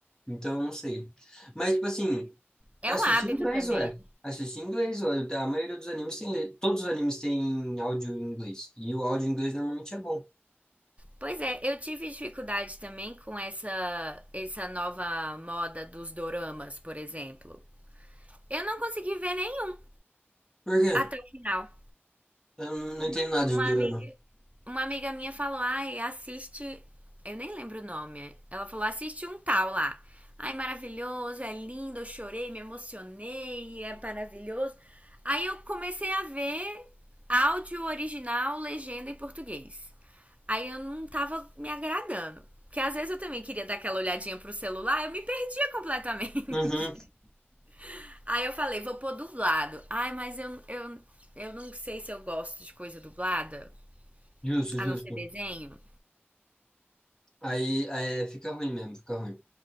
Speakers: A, on the left; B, on the right.
A: Então, eu não sei. Mas, tipo assim...
B: É
A: Assisti
B: um hábito
A: em inglês,
B: também.
A: ué. Assisti em inglês, ué. A maioria dos animes tem. le- Todos os animes têm áudio em inglês. E o áudio em inglês normalmente é bom.
B: Pois é, eu tive dificuldade também com essa essa nova moda dos doramas, por exemplo. Eu não consegui ver nenhum
A: Por quê?
B: até o final.
A: Eu não
B: Uma,
A: não entendo nada
B: uma
A: de dorama.
B: amiga, uma amiga minha falou, ai, assiste. Eu nem lembro o nome. Ela falou, assiste um tal lá. Ai, maravilhoso, é lindo, eu chorei, me emocionei, é maravilhoso. Aí eu comecei a ver áudio original, legenda em português. Aí eu não tava me agradando. Porque às vezes eu também queria dar aquela olhadinha pro celular, eu me perdia completamente.
A: Uhum.
B: <laughs> Aí eu falei, vou pôr dublado. Ai, mas eu, eu, eu não sei se eu gosto de coisa dublada.
A: Justo,
B: A
A: justo.
B: não ser desenho?
A: Aí, é, fica ruim mesmo, fica ruim.